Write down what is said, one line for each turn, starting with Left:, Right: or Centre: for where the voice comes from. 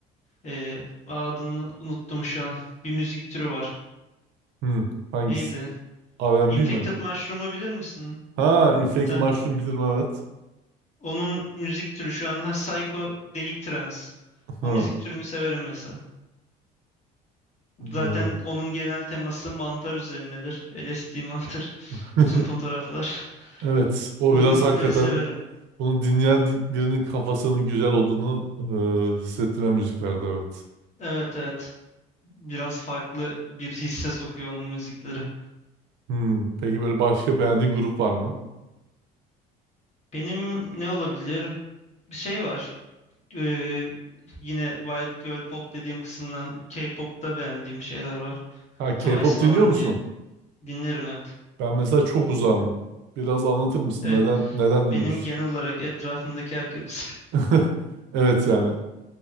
Left: e, adını unuttum şu an. Bir müzik türü var.
Right: Hmm. Hangisi?
Left: Neydi?
Right: R&B
Left: Infected
Right: mi?
Left: Mushroom'u bilir misin?
Right: Ha, Infected
Left: Bir tane.
Right: Mushroom bilirim evet.
Left: Onun müzik türü şu an ha, Psycho Delik Trance.
Right: Ha.
Left: O müzik türünü severim mesela. Zaten
Right: Ha.
Left: onun genel teması mantar üzerinedir. LSD mantar.
Right: <laughs>
Left: <laughs> Bütün fotoğraflar.
Right: Evet, o
Left: O
Right: biraz
Left: müzikleri
Right: hakikaten
Left: severim.
Right: Bunu dinleyen di- birinin kafasının güzel olduğunu e, hissettiren müziklerde evet.
Left: Evet evet. Biraz farklı bir hisse sokuyor onun müzikleri.
Right: Hmm, Peki böyle başka beğendiğin grup var mı?
Left: Benim ne olabilir? Bir şey var. Ee, yine White Girl Pop dediğim kısımdan K-pop'ta beğendiğim şeyler var.
Right: Ha K-pop
Left: Twice falan
Right: dinliyor musun?
Left: diye. Dinlerim evet.
Right: Ben mesela çok uzağım. Biraz anlatır mısın?
Left: Evet,
Right: Neden neden dinliyorsun?
Left: Benim genel olarak etrafımdaki herkes
Right: <laughs> Evet yani.